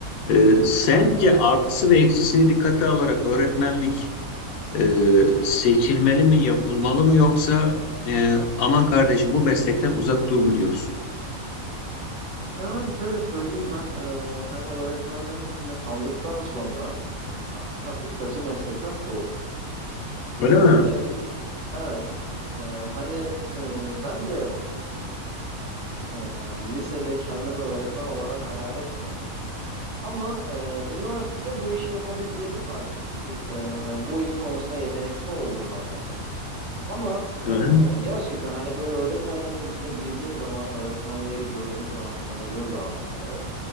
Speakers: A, on the left; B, on the right.
A: E, sence
B: Hı hı.
A: artısı ve eksisini dikkate alarak öğretmenlik ee, seçilmeli mi, yapılmalı mı yoksa e, aman kardeşim bu meslekten uzak dur mu diyoruz?
B: Ya abi şöyle söyleyeyim ben e, hani öğretmenlerin içinde kaldıktan sonra a- açıkçası meslekten soğudum.
A: Öyle mi?
B: Hani evet e, hani e, ben de e, lisede kendimi öğretmen olarak hayal etmiyordum. Ama e, üniversitede bu işi yapabileceğimi fark ettim. Y- e, bu iş konusunda yetenekli olduğumu anladım. Ama e,
A: Hı hı.
B: gerçekten hani böyle öğretmenlerin içine girdiğin zaman, öğretmenleri gördüğün zaman, tanıdığın zaman onları